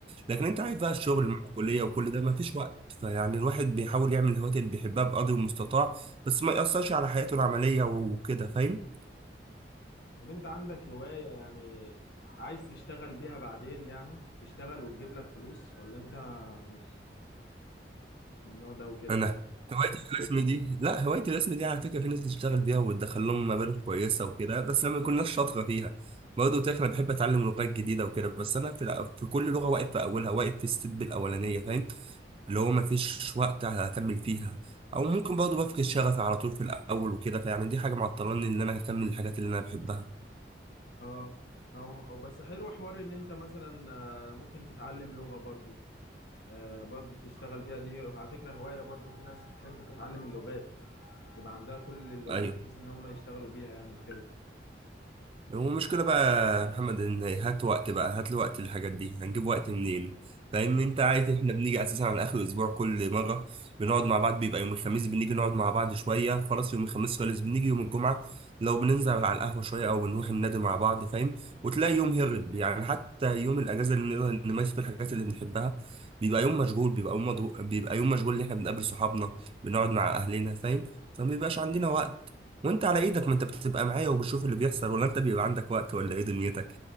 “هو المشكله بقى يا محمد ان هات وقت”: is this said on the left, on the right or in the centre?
Right